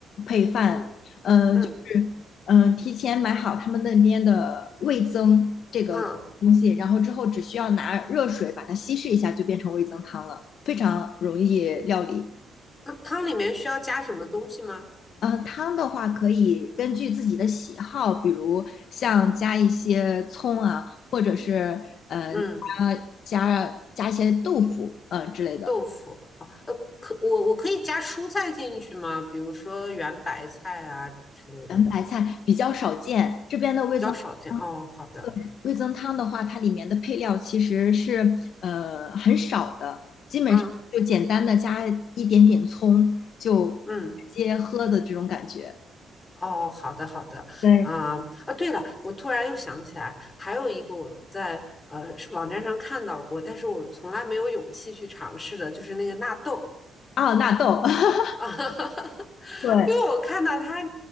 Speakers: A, on the left; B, on the left.
A: 配饭，
B: 嗯
A: 嗯、
B: 嗯
A: 就是嗯、呃提前买好他们那边的味增这个东西，
B: 嗯，
A: 然后之后只需要拿热水把它稀释一下，就变成味增汤了，非常容易料理。
B: 那汤里面需要加什么东西吗？
A: 嗯，汤的话可以根据自己的喜好，比如像加一些葱啊，或者是嗯呃加加加一些豆腐，
B: 嗯，
A: 嗯、之类的。
B: 豆腐。好，呃，可我我可以加蔬菜进去吗？比如说圆白菜啊之类的，
A: 圆白菜比较少见，这边的味增汤
B: 比较少见。哦，好的。
A: 对味增汤的话，它里面的配料其实是呃很少的，基本上就简单的加一点点葱就直接喝的这种感觉。
B: 嗯嗯，哦，好的好的。
A: 对
B: 啊、啊，对了，我突然又想起来，还有一个我在呃是网站上看到过，但是我从来没有勇气去尝试的，就是那个纳豆。
A: 哦，纳豆，<laughs>
B: 啊，<laughs>
A: 对，
B: 因为我看到它